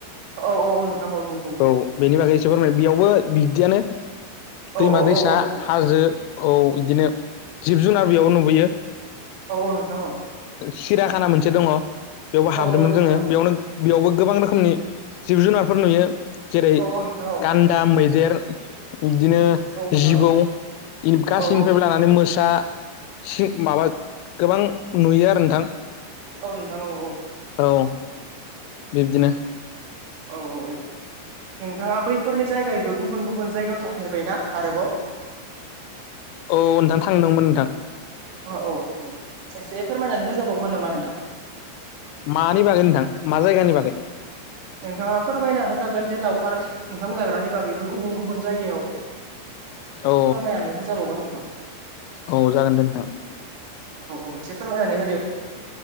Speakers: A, on the right (about 85°); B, on the left (about 85°).
A: औ औ औ नोंथां नंगौ
B: औ बेनि बागै एसे फोरमाय बेयावबो बिदियानो।
A: औ
B: दैमा
A: औ
B: दैसा
A: औ औ नोंथां
B: हाजो औ इदिनो। जिब जुनार बेयाव नुबोयो।
A: औ औ नोंथां औ।
B: सिरााखाना मोनसे दङ बेयावबो हाबदोंमोन
A: औ नोंथां
B: जोङो
A: औ
B: बेयावनो। बेयावबो गोबां रोखोमनि जिब जुनारफोर नुयो जेरै
A: औ औ नोंथां औ
B: गान्दा मैदेर। बिबदिनो
A: औ नोंथां
B: जिबौ
A: औ
B: गासैनिफ्रायबो
A: औ
B: लानानै मोसा। सिख माबा गोबां नुयो आरो नोंथां
A: औनोथां औ औ
B: औ बिब्दिनो
A: औ औ नोंथाङा बैफोरनि जायगायबो गुबुन गुबुन जायगायाव थांफेरबायना आरोबाव
B: औ नोंथां थांदोंमोन नोंथां
A: औ औ औ एसे फोरमायनानै होजाबावगोन नामा नोंथां
B: मानि बागै नोंथां मा जायगानि बागै
A: नोंथाङा फोरमायना होजागोन जे लावखार ओंखाम जाग्रानि बागैबो गुबुन गुबुन जायगायाव।
B: औ
A: फोरमायनानै होजाबावगोन नोंथां।
B: औ जागोन दे नोंथां।
A: औ औ एसे फोरमायनानै होदो।